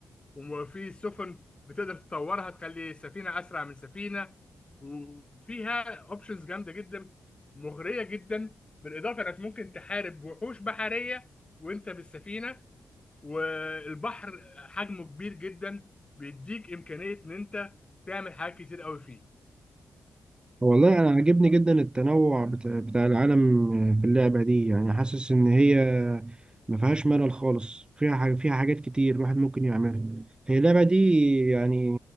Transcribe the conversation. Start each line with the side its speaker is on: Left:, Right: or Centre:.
Left: وفي سفن بتقدر تطورها تخلي سفينة أسرع من سفينة وفيها اوبشنز جامدة جدا مغرية جدا بالإضافة إنك ممكن تحارب وحوش بحرية وانت بالسفينه والبحر حجمه كبير جدا بيديك امكانيه ان انت تعمل حاجات كتير قوي فيه
Right: والله أنا عاجبني جدا التنوع بت- بتاع العالم في اللعبة دي يعني حاسس إن هي ما فيهاش ملل خالص فيها حاج- فيها حاجات كتير الواحد ممكن يعملها هي اللعبة دي يعني